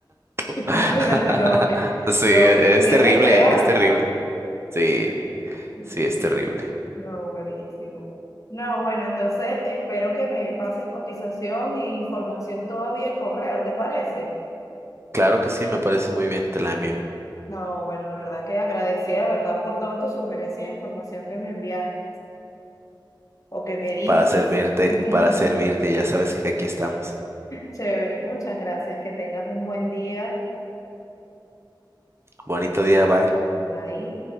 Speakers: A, on the right (about 30°); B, on the left (about 45°).
A: <laughs>
B: Imagínate lo que,
A: Sí,
B: lo,
A: es
B: y
A: terrible,
B: es de esperar.
A: es terrible, sí,
B: Mm,
A: sí, es
B: Sí,
A: terrible.
B: no, buenísimo. No, bueno, entonces espero que me pases cotización e información todavía de correo, ¿te parece?
A: Claro que sí, me parece muy bien, te la envío.
B: No, bueno, de verdad que agradecida, de verdad, por todas tus sugerencias e información que me enviaste o que me diste.
A: Para servirte,
B: <laughs>
A: para servirte, ya sabes que aquí estamos.
B: Chévere, muchas gracias, que tengas un buen día.
A: Bonito día, bye.
B: Bye.